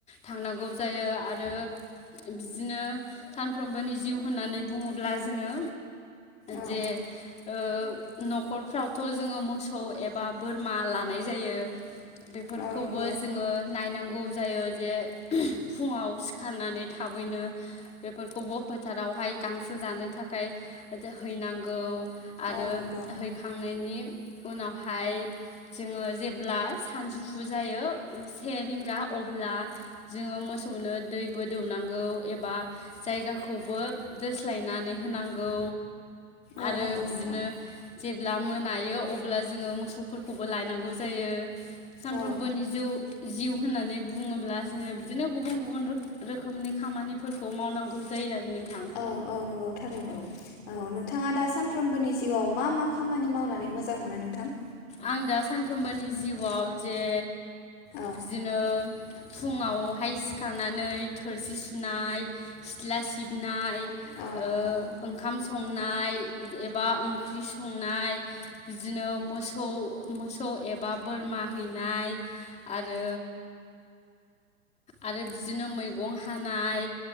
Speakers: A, on the left; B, on the left.
A: थांनांगौ जायो आरो बिदिनो सानफ्रोमबोनि जिउ होननानै बुङोब्ला जोङो
B: औ
A: जे ओ न'खरफ्रावथ' जोङो मोसौ एबा बोरमा लानाय जायो। बेफोरखौबो
B: औ नंगौ
A: जोङो नायनांगौ जायो। जे फुङाव सिखारनानै थाबैनो बेफोरखौबो फोथारावहाय गांसो जानो थाखाय हैनांगौ। आरो
B: औ नंगौ
A: हैखांनायनि उनावहाय जोङो जेब्ला सानजौफु जायो से रिंगा अब्ला जोङो मोसौनो दैबो दौनांगौ एबा जायगाखौबो दोस्लायनानै होनांगौ।
B: औ
A: आरो
B: नंगौ
A: बिदिनो
B: नोंथां
A: जेब्ला मोनायो अब्ला जोङो मोसौफोरखौबो लायनांगौ जायो। सानफ्रोमबोनि
B: औ
A: जौ जिउ होननानै बुङोब्ला जोङो बिदिनो गुबुन गुबुन रो रोखोमनि खामानिफोरखौ मावनांगौ जायो आरो। नोंथां
B: औ औ नंगौ थारैनो
A: औ
B: औ नोंथाङा दा सान फ्रोमबोनि जिउआव मा मा खामानि मावनानै मोजां मोनो नोंथां?
A: आं दा सानफ्रोमबोनि जिउआव जे
B: औ
A: बिदिनो फुङावहाय सिखारनानै थोरसि सुनाय सिथ्ला सिबनाय
B: औ
A: ओं
B: नंगौ
A: ओंखाम सं नाय एबा ओंख्रै संनाय बिदिनो मोसौ मोसौ एबा बोरमा हैनाय आरो आरो बिदिनो मैगं हानाय